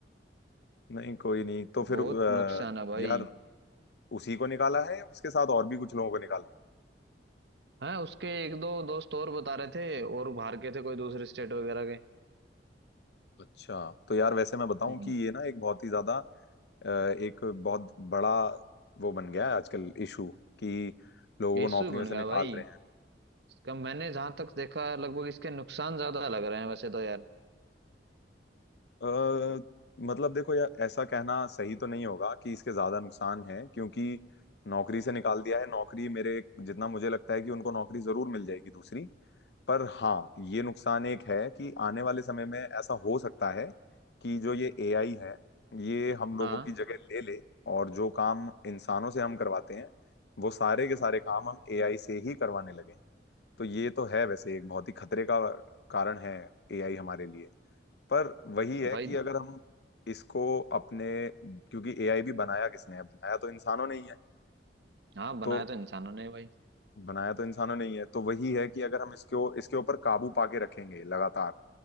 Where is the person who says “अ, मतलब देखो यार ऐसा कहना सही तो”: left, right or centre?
Left